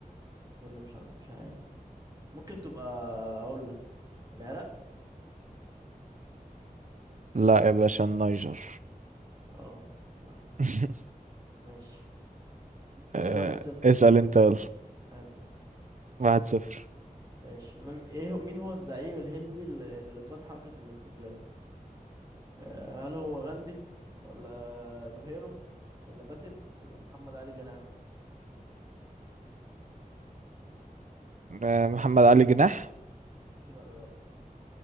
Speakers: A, on the right; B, on the right.
A: ولا مش عارف مش عارف ممكن تبقى اقول لك العراق
B: لا يا باشا النيجر
A: اه صح
B: <laughs>
A: ماشي
B: آه،
A: كده واحد صفر
B: اسأل انت يلا
A: واحد صفر
B: واحد صفر
A: ماشي من ايه هو- مين هو الزعيم الهندي اللي اللي قاد حركة الاستقلال آه، هل هو غاندي ولا نهيرو ولا باتل ولا محمد علي جناح
B: آه، محمد علي جناح
A: <laughs> لا غلط